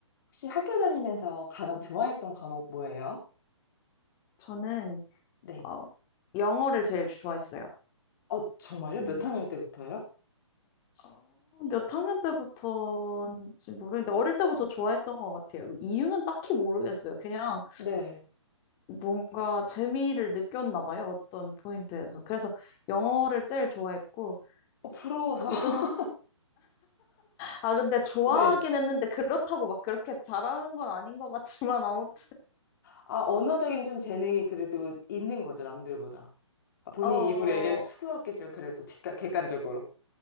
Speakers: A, on the left (about 40°); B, on the left (about 25°).
A: 혹시 학교 다니면서 가장 좋아했던 과목 뭐예요?
B: 저는
A: 네.
B: 어, 영어를 제일 좋아했어요.
A: 어, 정말요?
B: 음,
A: 몇 학년 때부터요?
B: 어, 몇 학년 때부터인지 모르겠는데 어릴 때부터 좋아했던 것 같아요. 그 이유는 딱히 모르겠어요. 그냥
A: 네.
B: 뭔가 재미를 느꼈나 봐요. 어떤 포인트에서. 그래서 영어를 제일 좋아했고
A: 어, 부러워서.
B: 고등학교
A: <laughs>
B: 아 근데 좋아하긴
A: 네.
B: 했는데 그렇다고 막 그렇게 잘하는 건 아닌 것 같지만 아무튼
A: 아, 언어적인 좀 재능이 그래도 있는 거죠, 남들보다. 아, 본인
B: 어,
A: 입으로 얘기하기 쑥스럽겠지만 그래도 객관, 객관적으로.